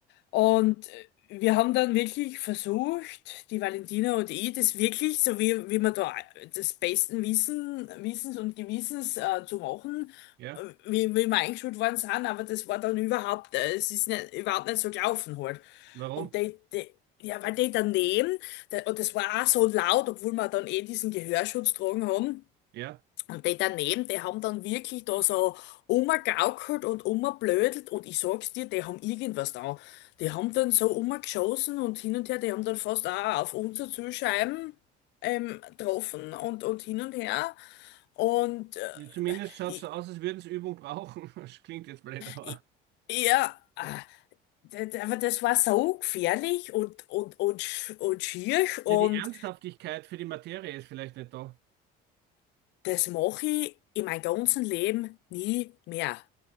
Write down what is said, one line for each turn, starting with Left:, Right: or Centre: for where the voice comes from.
Left: Und äh, wir haben dann wirklich versucht, die Valentina und ich, das wirklich, so wie, wie wir da äh, das besten Wissen, Wissens und Gewissens äh, zu machen,
Right: Ja.
Left: äh, wie, wie wir eingeschult worden sind, aber das war dann überhaupt, äh, es ist nicht, überhaupt nicht so gelaufen halt.
Right: Warum?
Left: Und die, die, ja, weil die daneben, der, und das war auch so laut, obwohl wir dann eh diesen Gehörschutz tragen haben,
Right: Ja.
Left: und die daneben, die haben dann wirklich da so rumgegaukelt und rumgeblödelt und ich sag's dir, die haben irgendwas da. Die haben dann so rumgeschossen und hin und her, die haben dann fast auch auf unsere Zielscheiben ähm, getroffen und, und hin und her. Und äh,
Right: Ja, Zumindest schaut
Left: ich,
Right: so aus, als würden sie Übung brauchen. <laughs> Das klingt jetzt blöd, aber.
Left: ich, ja, ah, d- d- aber das war so gefährlich und, und, und, sch- und schier und
Right: Ja, die Ernsthaftigkeit für die Materie ist vielleicht nicht da.
Left: das mache ich in meinem ganzen Leben nie mehr.